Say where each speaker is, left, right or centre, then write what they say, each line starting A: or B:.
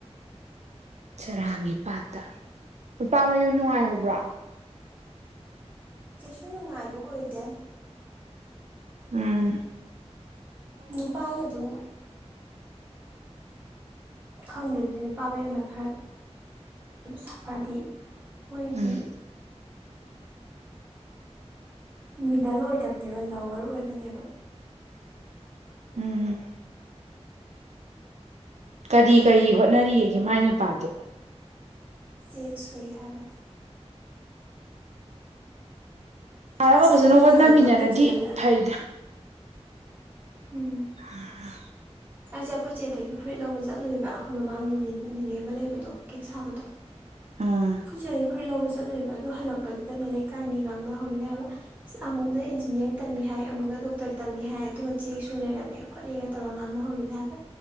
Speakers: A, on the right; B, on the right.
A: ꯆꯔꯥꯡꯒꯤ ꯄꯥꯠꯇ ꯅꯨꯄꯥ ꯃꯌꯨꯝ ꯅꯨꯡꯉꯥꯏꯍꯧꯕ꯭ꯔꯥ
B: ꯀꯩꯁꯨ ꯅꯨꯡꯉꯥꯏꯕ ꯑꯣꯏꯗꯦ
A: ꯑ
B: ꯅ ꯄꯥꯜ ꯑꯗꯨ ꯈꯪꯗꯦꯗꯨꯗꯤ ꯅꯨꯄꯥ ꯃꯌꯨꯝꯅ ꯈꯔ ꯁꯥꯐꯔꯗꯤ ꯑꯩꯈꯣꯏꯗꯤ
A: ꯎꯝ
B: ꯃꯤꯗꯜ ꯑꯣꯏꯗꯕꯅꯦꯕ ꯂꯋꯔ ꯑꯣꯏꯕꯅꯦꯕ
A: ꯎꯝ ꯀꯔꯤ ꯀꯔꯤ ꯍꯣꯠꯅꯔꯤꯒꯒꯦ ꯃꯥꯏ ꯅꯨꯄꯥꯗꯤ
B: ꯆꯦꯛ ꯁꯨꯏ ꯍꯥꯏꯕꯅꯤ
A: ꯐꯔꯒ
B: ꯑꯁ ꯑꯩꯁꯦ
A: ꯐꯖꯅ
B: ꯉꯁꯥꯏꯅꯦ
A: ꯍꯣꯠꯅꯃꯤꯟꯅꯔꯗꯤ
B: ꯑꯩꯈꯣꯏ ꯆꯦ ꯍꯣꯏꯗ
A: ꯐꯩꯗ
B: ꯎꯝ
A: ꯑ
B: ꯑꯩꯁꯦ ꯑꯩꯈꯣꯏꯆꯦꯗꯒꯤ ꯐꯨꯔꯤꯠ ꯂꯧꯕ ꯆꯠꯂꯨꯏꯕ ꯑꯩꯈꯣꯏ ꯃꯃꯥꯡꯒꯤꯅꯦ ꯑꯃ ꯂꯩꯕꯗꯣ ꯀꯦꯛ ꯁꯥꯕꯗꯣ
A: ꯎꯝ
B: ꯆꯦ ꯐꯨꯔꯠ ꯂꯧꯕ ꯆꯠꯂꯨꯦꯕ ꯑꯗꯨ ꯍꯜꯂꯛꯄꯁꯤꯗꯅꯦ ꯂꯩꯀꯥꯏ ꯃꯤ ꯉꯥꯡꯅꯍꯧꯔꯤꯅꯦ ꯍꯥꯏꯕ ꯑ ꯑꯃꯨꯛꯅ ꯏꯟꯖꯤꯅꯤꯌꯥꯔ ꯇꯝꯃꯤ ꯍꯥꯏ ꯑꯃꯨꯛꯅ ꯗꯣꯛꯇꯔ ꯇꯝꯃꯤ ꯍꯥꯏ ꯑꯗꯨꯒ ꯆꯦꯛꯁꯨ ꯂꯩꯔꯝꯃꯦ ꯈꯣꯠꯂꯦꯒ ꯇꯧꯔꯒ ꯉꯥꯡꯅꯍꯧꯔꯤꯅꯦ ꯍꯥꯏꯕ